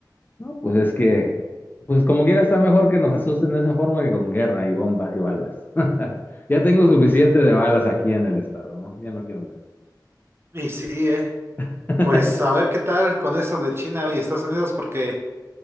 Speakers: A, on the left; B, on the right.
A: No, pues es que, pues como quiera está mejor que nos asusten de esa forma que con guerra y bombas y balas. <laughs> Ya tengo suficiente de balas aquí en el estado, ¿no? Ya no quiero más.
B: Y sí, eh.
A: <laughs>
B: Pues a ver qué tal con eso de China y Estados Unidos, porque